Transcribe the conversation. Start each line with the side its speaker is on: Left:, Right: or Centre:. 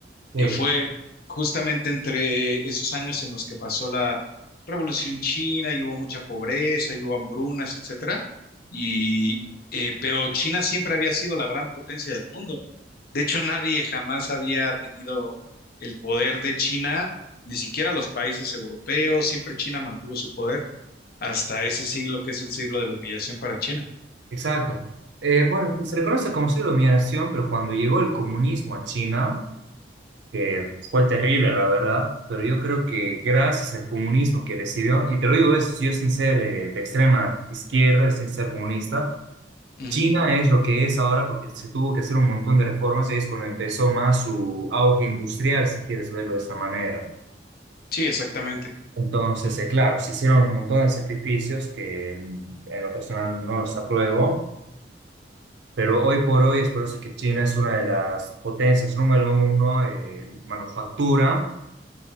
Right: sí.
Left: que fue justamente entre esos años en los que pasó la Revolución China y hubo mucha pobreza y hubo hambrunas, etcétera. Y, eh, pero China siempre había sido la gran potencia del mundo. De hecho, nadie jamás había tenido el poder de China, ni siquiera los países europeos. Siempre China mantuvo su poder hasta ese siglo que es el siglo de la humillación para China.
Right: Exacto. Eh, bueno, se le conoce como siglo de humillación, pero cuando llegó el comunismo a China, que fue terrible, la verdad, pero yo creo que gracias al comunismo que recibió, y te lo digo eso, yo sin ser eh, de extrema izquierda, sin ser comunista,
Left: Ujú.
Right: China es lo que es ahora porque se tuvo que hacer un montón de reformas y ahí es cuando empezó más su auge industrial, si quieres verlo de esa manera.
Left: Sí, exactamente.
Right: Entonces, eh, claro, se hicieron un montón de sacrificios que mm, en lo personal no los apruebo Pero hoy por hoy es por eso que China es una de las potencias número uno en manufactura